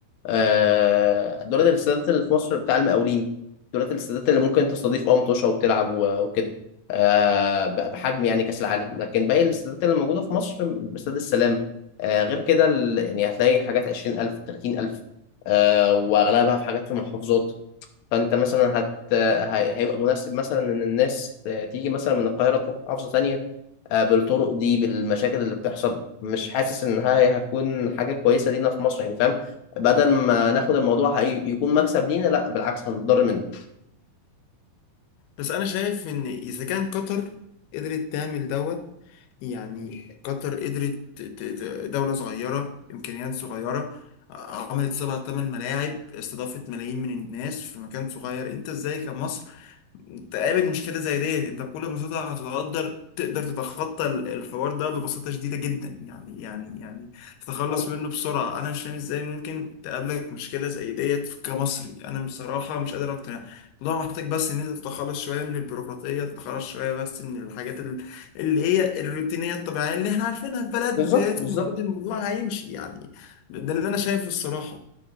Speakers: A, on the left; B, on the left.
A: آه، دولت الاستادات اللي في مصر بتاع المقاولين دولت الاستادات اللي ممكن تستضيف اه متوشة وتلعب و- وكده آه، ب- بحجم يعني كأس العالم لكن باقي الاستادات اللي موجودة في مصر استاد السلام آه، غير كده ال- يعني هتلاقي حاجات 20000 و30000 آه، وأغلبها في حاجات في محافظات فأنت مثلا هت هي- هيبقى مناسب مثلا إن الناس تيجي مثلا من القاهرة تروح محافظة تانية آه، بالطرق دي بالمشاكل اللي بتحصل مش حاسس ان هي هتكون حاجه كويسه لينا في مصر يعني فاهم بدل ما ناخد الموضوع هي يكون مكسب لينا لا بالعكس هنضر منه
B: بس انا شايف ان اذا كان قطر قدرت تعمل دوت يعني قطر قدرت ت- ت- دولة صغيرة إمكانيات صغيرة عملت سبع تمن ملاعب استضافت ملايين من الناس في مكان صغير أنت إزاي كمصر تقابل مشكلة زي ديت انت بكل بساطة هتقدر تقدر تتخطى ال- الحوار ده ببساطة شديدة جدا يعني يعني يعني تتخلص
A: هو-
B: منه بسرعة انا مش فاهم ازاي ممكن تقابلك مشكلة زي ديت كمصري انا بصراحة مش قادر اقتنع الموضوع محتاج بس ان انت تتخلص شوية من البيروقراطية تتخلص شوية بس من الحاجات ال- اللي هي الروتينية الطبيعية اللي احنا عارفينها في بلدنا
A: بالظبط
B: ديت
A: بالظبط
B: ومفروض الموضوع هيمشي يعني ده اللي انا شايفه الصراحة